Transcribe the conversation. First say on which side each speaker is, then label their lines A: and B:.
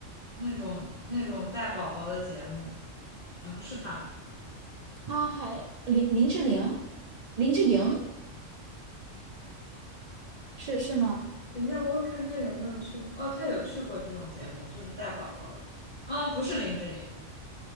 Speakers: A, on the left (about 40°); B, on the right (about 80°).
A: 那种那种带宝宝的节目。嗯，是他吗？
B: 他还林林志玲、林志颖是是吗？
A: 等一下，我有看他有没有去，哦，他有去过这种节目，就是带宝宝的。嗯，不是林志颖，